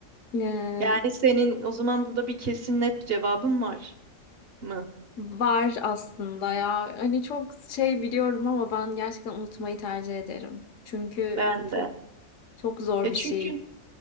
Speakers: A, on the left (about 70°); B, on the right (about 50°).
A: Ee,
B: Yani senin o zaman burada bir kesin net bir cevabın var mı?
A: var aslında ya. Hani çok şey biliyorum ama ben gerçekten unutmayı tercih ederim. Çünkü
B: Ben
A: çok
B: de.
A: çok zor
B: E
A: bir
B: çünkü
A: şey